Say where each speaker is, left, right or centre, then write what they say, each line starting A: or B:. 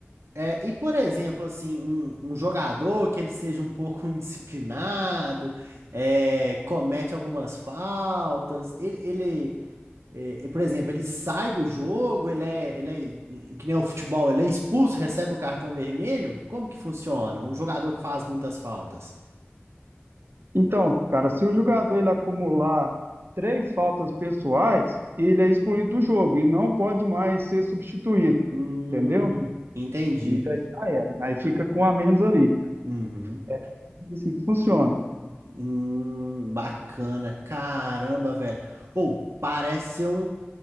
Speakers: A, on the right; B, on the right.
A: É, e por exemplo, assim, um, um jogador que ele seja um pouco <laughs> indisciplinado, é, comete algumas faltas, ele, ele é, é, por exemplo, ele sai do jogo, ele é, ele é, que nem o futebol, ele é expulso, recebe o cartão vermelho? Como que funciona? Um jogador que faz muitas faltas.
B: Então, cara, se o jogador ele acumular três faltas pessoais, ele é excluído do jogo e não pode mais ser substituído,
A: Hum,
B: entendeu?
A: entendi.
B: E aí já era. Aí fica com um a menos ali.
A: Uhum.
B: É Assim que funciona.
A: Hum, bacana. Caramba, velho. Ou, parece ser um,